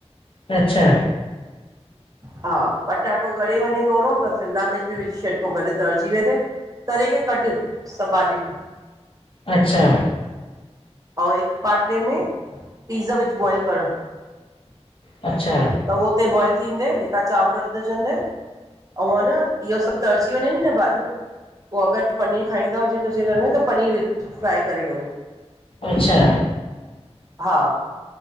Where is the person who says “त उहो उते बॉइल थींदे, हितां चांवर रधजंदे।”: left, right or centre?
Right